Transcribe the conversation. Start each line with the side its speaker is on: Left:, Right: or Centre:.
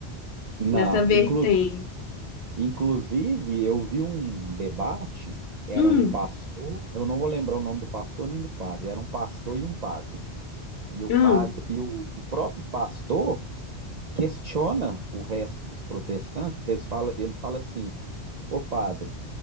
Right: Não,
Left: nessa vertente.
Right: inclu... inclusive eu vi um debate, era
Left: Hum,
Right: um pastor, eu não vou lembrar o nome do pastor nem do padre, era um pastor e um padre. E o
Left: hum,
Right: padre e o, o próprio pastor questiona o resto dos protestantes, eles fala, ele fala assim: Ô padre,